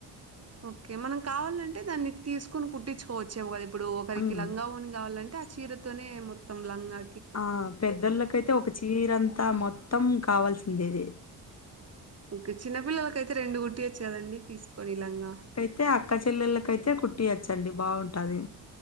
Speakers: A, on the right (about 30°); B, on the left (about 30°).
A: ఓకే మనం కావాలంటే దాన్ని తీసుకుని కుట్టించుకోవచ్చేమో కదా ఇప్పుడు ఒకరికి
B: ఉమ్
A: లంగా వోణీ కావాలంటే అంటే ఆ చీరతోనే మొత్తం లంగా
B: ఆ పెద్దొల్లకైతే ఒక చీరంతా మొత్తం కావాల్సిందే ఇది
A: ఓకే చిన్నపిల్లలకైతే రెండు కుట్టియొచ్చు కదా అండి తీసుకొని లంగా
B: అయితే అక్క చెల్లెల కైతే కుట్టియచండి బావుటది